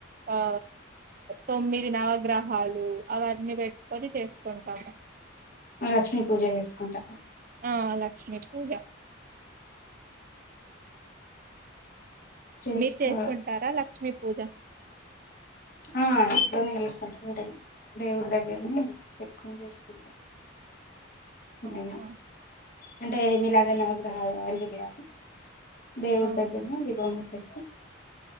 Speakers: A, on the right; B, on the left.
A: ఆ తొమ్మిది నవగ్రహాలు అవన్నీ పెట్టుకొని చేసుకుంటాము
B: లక్ష్మీ పూజ చేసుకుంటా
A: ఆ లక్ష్మి పూజ
B: చేసుకో
A: మీరు చేసుకుంటారా లక్ష్మీ పూజ
B: ఆ ఇంట్లోనే చేసుకుంటాం ఉంటే దేవుడి దగ్గరనే పెట్టుకుని చేసుకుంటాం
A: ఆహ
B: మేము అంటే మీలాగే నవగ్రహాలు అంటివి గా దేవుడు
A: ఆ
B: దగ్గరి నే దీపం ఏస